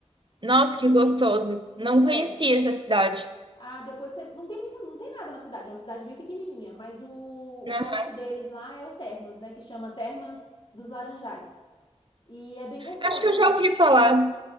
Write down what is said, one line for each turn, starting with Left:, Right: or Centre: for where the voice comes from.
Right: Nossa, que gostoso. Não
Left: É,
Right: conhecia essa cidade.
Left: Ah, depois você... Não tem muita, não tem nada na cidade, é uma cidade bem pequenininha, mas o, o
Right: Aham.
Left: forte deles lá é o Termas, né? Que chama Termas dos Laranjais. E é bem gostoso
Right: Acho que eu
Left: também.
Right: já ouvi falar.